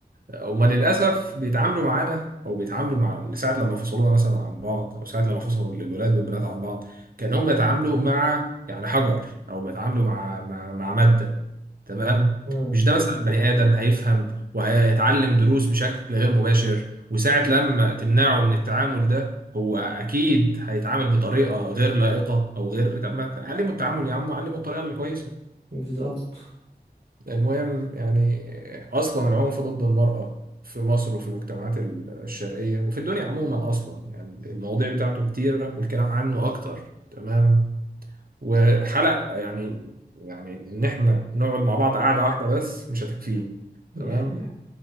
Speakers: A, on the right; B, on the right.
A: هما للأسف بيتعاملوا معانا أو بيتعاملوا مع ساعة لما فصلونا مثلا عن بعض أو ساعة لما فصلوا الولاد والبنات عن بعض كأنهم بيتعاملوا مع يعني حجر أو بيتعاملوا مع مع, مع مادة تمام
B: مم.
A: مش ده مثلا بني آدم هيفهم وهيتعلم دروس بشكل غير مباشر وساعة لما تمنعه من التعامل ده هو أكيد هيتعامل بطريقة غير لائقة أو غير طب ما علمه التعامل يا عم وعلمه الطريقة الكويسة
B: بالظبط
A: المهم يعني آه، أصلا العنف ضد المرأة في مصر وفي المجتمعات الشرقية وفي الدنيا عموما أصلا يعني المواضيع بتاعته كتيرة والكلام عنه أكتر تمام وحلق يعني يعني إن إحنا نقعد مع بعض قعدة واحدة بس مش هتكفيه
B: دي
A: تمام
B: حقيقة